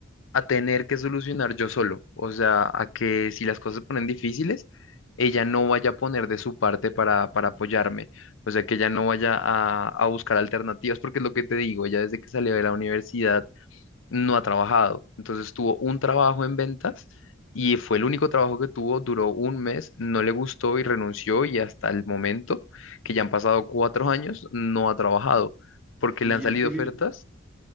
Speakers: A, on the left; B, in the centre.
A: a tener que solucionar yo solo. O sea, a que si las cosas se ponen difíciles, ella no vaya a poner de su parte para, para apoyarme. O sea, que ella no vaya a, a buscar alternativas, porque es lo que te digo, ella desde que salió de la universidad no ha trabajado. Entonces tuvo un trabajo en ventas y fue el único trabajo que tuvo, duró un mes, no le gustó y renunció y hasta el momento, que ya han pasado cuatro años, no ha trabajado porque le
B: ¿Y
A: han salido
B: de qué
A: ofertas.
B: vive?